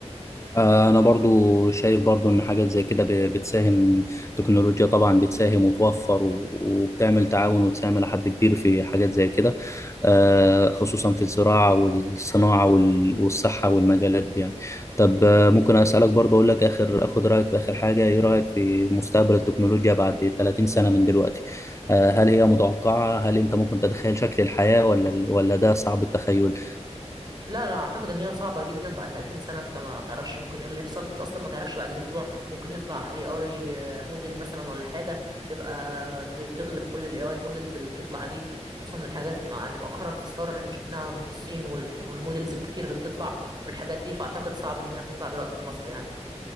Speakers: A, on the left; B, on the right.
A: انا برضو شايف برضو ان حاجات زي كده ب- بتساهم تكنولوجيا طبعا بتساهم وتوفر و- وبتعمل تعاون وتساهم الى حد كبير في حاجات زي كده آه، خصوصا في الزراعة والصناعة وال- والصحة والمجالات دي يعني طب آه، ممكن اسالك برضو اقول لك اخر اخد رايك في اخر حاجة ايه رايك في مستقبل التكنولوجيا بعد 30 سنة من دلوقتي آه، هل هي متوقعة هل انت ممكن تتخيل شكل الحياة ولا ولا ده صعب التخيل
B: لا انا اعتقد ان هي صعبه جدا بقى 30 سنه انت ما تعرفش ممكن ايه اللي يحصل انت اصلا ما تعرفش بعد اسبوع ممكن يطلع اي اي موديل مثلا ولا حاجه تبقى ت- تغلب كل الاي اي موديلز اللي بتطلع دي خصوصا الحاجات مع ان مؤخرا في الثوره اللي احنا شفناها من الصين وال- والموديلز الكتير اللي بتطلع والحاجات دي فاعتقد صعب ان هي تطلع دلوقتي في مصر يعني